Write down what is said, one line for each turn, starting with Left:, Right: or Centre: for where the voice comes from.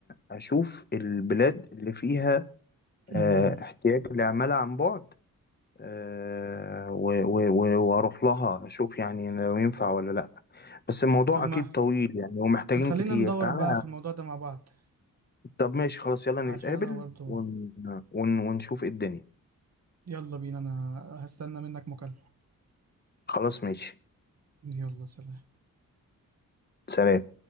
Left: أشوف البلاد اللي فيها
Right: امم
Left: آه احتياج لعمالة عن بعد آه و- و- و- وأروح لها أشوف يعني لو ينفع ولا لأ بس الموضوع
Right: طب ما
Left: أكيد طويل يعني ومحتاجين
Right: بتخلينا
Left: كتير
Right: ندور
Left: تعالى
Right: بقى في الموضوع ده مع بعض
Left: طب ماشي خلاص يلا نتقابل
Right: عشان انا برضو
Left: ون ون ونشوف إيه الدنيا
Right: يلا بينا انا هستنى منك مكالمة
Left: خلاص ماشي
Right: يلا سلام
Left: سلام